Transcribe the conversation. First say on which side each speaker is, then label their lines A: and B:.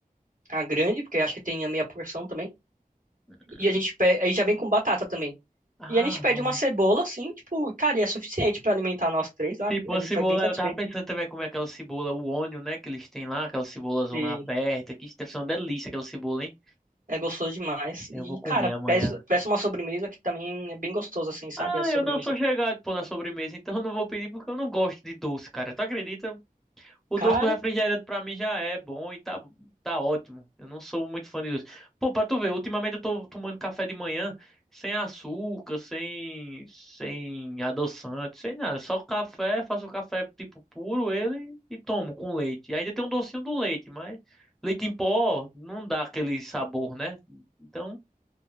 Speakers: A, on the right; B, in the centre.
A: A grande, porque acho que tem a meia porção também.
B: Hum.
A: E a gente pede, aí já vem com batata também.
B: Ah,
A: E a gente pede
B: mano.
A: uma cebola, assim, tipo, cara, e é suficiente pra alimentar nós três, sabe?
B: Tipo,
A: A
B: a
A: gente
B: cebola,
A: vai bem satisfeito.
B: eu tava pensando também em comer aquela cebola, o onion, né, que eles têm lá, aquela cebola zona
A: E
B: aberta, que isso deve ser uma delícia aquela cebola, hein?
A: é gostoso demais. E,
B: Eu vou comer
A: cara,
B: amanhã.
A: peça, peça uma sobremesa que também é bem gostoso, assim, sabe?
B: Ah,
A: A sobremesa
B: eu não sou
A: do
B: chegado, pô, na sobremesa, então eu não vou pedir porque eu não gosto de doce, cara. Tu acredita? O
A: cara.
B: doce do refrigerante pra mim já é bom e tá, tá ótimo. Eu não sou muito fã de doce. Pô, pra tu ver, ultimamente eu tô tomando café de manhã sem açúcar, sem, sem adoçante, sem nada. Só café, faço café tipo puro ele e tomo com leite. E ainda tem um docinho do leite, mas leite em pó não dá aquele sabor, né? Então.